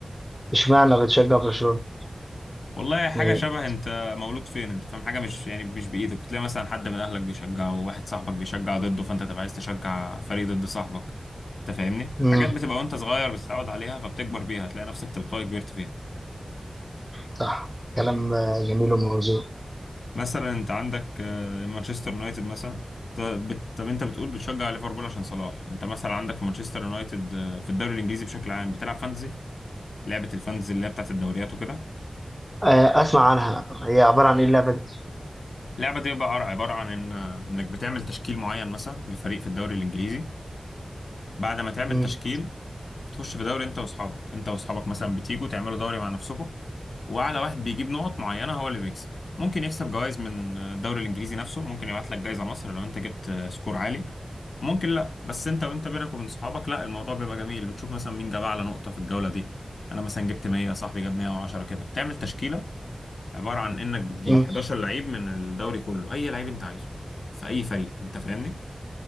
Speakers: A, in the centre; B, on the left (about 80°).
A: اشمعنى بتشجع برشلونة؟
B: والله حاجه
A: يعني
B: شبه انت مولود فين انت فاهم حاجه مش يعني مش بايدك تلاقي مثلا حد من اهلك بيشجعه وواحد صاحبك بيشجع ضده فانت تبقى عايز تشجع فريق ضد صاحبك انت فاهمني
A: امم
B: حاجات بتبقى وانت صغير بتتعود عليها فبتكبر بيها تلاقي نفسك تلقائي كبرت فيها
A: صح كلام آه، جميل وموزون
B: مثلا انت عندك آه، مانشستر يونايتد مثلا ط- بت- طب انت بتقول بتشجع ليفربول عشان صلاح انت مثلا عندك في مانشستر يونايتد آه، في الدوري الانجليزي بشكل عام بتلعب فانتزي لعبة الفانتزي اللي هي بتاعت الدوريات وكده
A: آه، اسمع عنها هي عبارة عن ايه اللعبة دي؟
B: اللعبة دي بقى عر- عبارة عن إن إنك بتعمل تشكيل معين مثلا لفريق في الدوري الإنجليزي بعد ما تعمل
A: امم
B: تشكيل بتخش في دوري أنت وأصحابك أنت وأصحابك مثلا بتيجوا تعملوا دوري مع نفسكم وأعلى واحد بيجيب نقط معينة هو اللي بيكسب ممكن يكسب جوائز من الدوري الإنجليزي نفسه ممكن يبعت لك جايزة مصر لو أنت جبت سكور عالي ممكن لا بس أنت وأنت بينك وبين صحابك لا الموضوع بيبقى جميل بتشوف مثلا مين جاب أعلى نقطة في الجولة دي أنا مثلا جبت 100 صاحبي جاب 110 كده بتعمل تشكيلة عباره عن انك بتجيب
A: امم
B: 11 لعيب من الدوري كله اي لعيب انت عايزه في اي فريق انت فاهمني